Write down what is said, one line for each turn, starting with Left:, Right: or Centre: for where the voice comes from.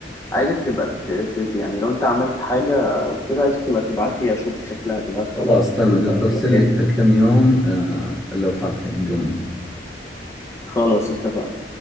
Left: عايزك تبقى ت... ت- يعني لو أنت عملت حاجة وكده عايزك تبقى تبعت لي أشوف شكلها تبعت
Centre: خلاص
Left: لي
Centre: تمام
Left: صورتها
Centre: أجل
Left: أو
Centre: برسل
Left: توريها
Centre: لك هالكم يوم آه، اللوحات حقوني
Left: خلاص اتفقنا